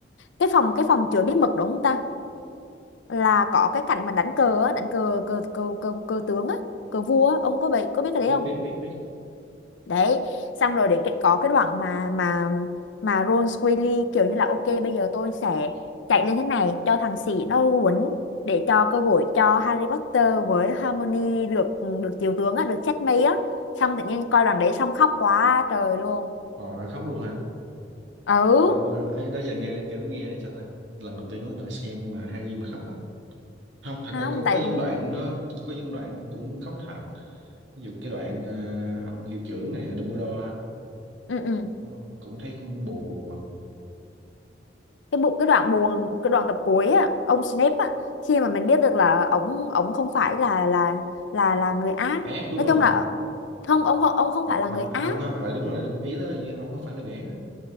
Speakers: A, on the left (about 85°); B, on the right (about 85°).
A: cái phòng cái phòng chứa bí mật đúng không ta là có cái cảnh mà đánh cờ á đánh cờ cờ cờ cờ, cờ tướng á cờ vua á ông có biết có biết cái đấy
B: biết
A: không
B: biết biết biết.
A: đấy xong rồi đến cái có cái đoạn mà mà mà Ron Weasley kiểu như là ok bây giờ tôi sẽ chạy lên thế này cho thằng sĩ nó quấn để cho cơ hội cho Harry Potter với Hermione được được chiếu tướng á được checkmate á xong tự nhiên coi đoạn đấy xong khóc quá trời luôn
B: Họ khóc luôn hả?
A: ừ
B: À, ấy đó giờ nghe kiểu nghe sao ta? Lần đầu tiên có người xem mà Harry mà khóc á. Không, thật
A: không
B: ra có
A: tại
B: có
A: ừ,
B: những đoạn nó có những đoạn cũng khóc thật. Ví dụ cái đoạn ờ, ông hiệu trưởng này Dumbledore á,
A: ừ. ừ.
B: đúng không? Cũng thấy cũng buồn buồn.
A: cái bộ cái đoạn buồn cái đoạn tập cuối á ông Snape á khi mà mình biết được là ổng ổng không phải là là là là người ác
B: Ác đúng
A: nói
B: không?
A: chung là không ông không ông không
B: ờ,
A: phải là
B: ờ,
A: người ác
B: không không ờ đúng rồi ý đó là gì ổng không phải là ghẻ á.